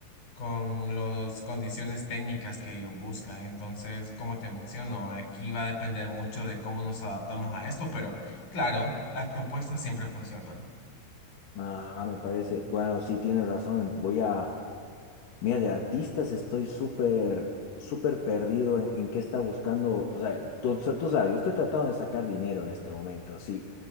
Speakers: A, on the left; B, on the left.
A: con las condiciones técnicas que ellos buscan. Entonces, como te menciono, aquí va a depender mucho de cómo nos adaptamos a esto, pero claro, las propuestas siempre funcionan.
B: ah, me parece, bueno, sí, tienes razón, voy a, mira, de artistas estoy súper, súper perdido en, en qué está buscando, o sea, tú, tú sabes, yo estoy tratando de sacar dinero en este momento, sí,